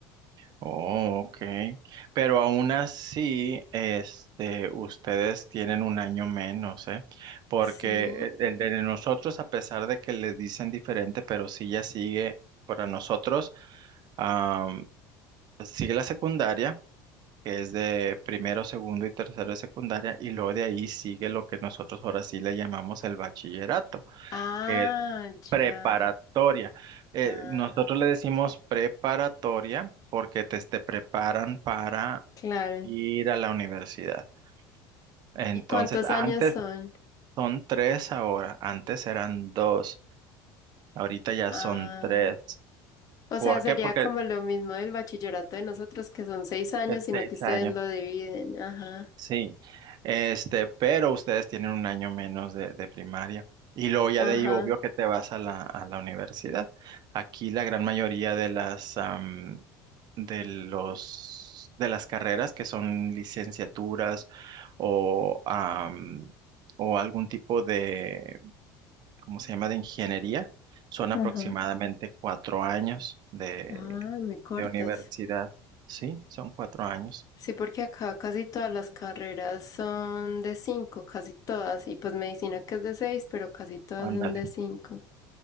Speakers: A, on the right; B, on the left.
A: Oh, ok. Pero aún así, este, ustedes tienen un año menos, ¿eh? Porque
B: Sí.
A: el el de nosotros, a pesar de que les dicen diferente, pero sí ya sigue para nosotros. Am, sigue la secundaria, que es de primero, segundo y tercero de secundaria, y luego de ahí sigue lo que nosotros ahora sí le llamamos el bachillerato,
B: Ah,
A: que es Preparatoria.
B: ya.
A: Eh,
B: Ah,
A: nosotros le decimos preparatoria porque te, te preparan para
B: claro.
A: ir a la universidad. Entonces,
B: ¿Y cuántos
A: antes
B: años son?
A: son tres ahora, antes eran dos, ahorita ya
B: Ah.
A: son tres.
B: O
A: ¿Por
B: sea, sería
A: qué? Porque
B: como lo mismo del bachillerato de nosotros, que son seis años,
A: es
B: sino
A: seis
B: que ustedes
A: años.
B: lo dividen. Ajá,
A: Sí, este, pero ustedes tienen un año menos de, de primaria. Y luego ya
B: ajá,
A: de ahí obvio que te vas a la, a la universidad. Aquí la gran mayoría de las am, de los de las carreras que son licenciaturas o am, o algún tipo de, ¿cómo se llama? de ingeniería, son
B: ajá.
A: aproximadamente cuatro años de,
B: Ah, me
A: de
B: cortas.
A: universidad. Sí, son cuatro años.
B: Sí, porque acá casi todas las carreras son de cinco, casi todas. Y pues medicina que es de seis, pero casi todas
A: Ándale.
B: son de cinco.